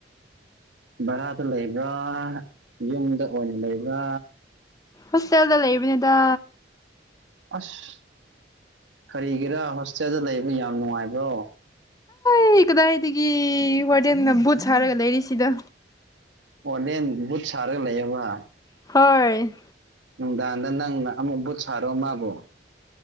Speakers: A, on the right; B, on the left.
A: ꯚꯔꯥꯗ ꯂꯩꯕ꯭ꯔꯥ ꯌꯨꯝꯗ ꯑꯣꯏꯅ ꯂꯩꯕ꯭ꯔꯥ
B: ꯍꯣꯁꯇꯦꯜꯗ ꯂꯩꯕꯤꯅꯤꯗ
A: ꯑꯁ ꯀꯔꯤꯒꯤꯔꯥ ꯍꯣꯁꯇꯦꯜꯗ ꯂꯩꯕ ꯌꯥꯝ ꯅꯨꯡꯉꯥꯏꯕ꯭ꯔꯣ
B: ꯑꯩ ꯀꯗꯥꯏꯗꯒꯤ ꯋꯥꯔꯗꯦꯜꯟꯅ ꯕꯨꯠ ꯁꯥꯔꯒ ꯂꯩꯔꯤꯁꯤꯗ
A: ꯋꯥꯔꯗꯦꯟ ꯕꯨꯠ ꯁꯥꯔꯒ ꯂꯩ ꯍꯥꯏꯕ
B: ꯍꯣꯏ
A: ꯅꯨꯡꯗꯥꯡꯗ ꯅꯪꯅ ꯑꯃꯨꯛ ꯚꯨꯠ ꯁꯥꯔꯣ ꯃꯥꯕꯨ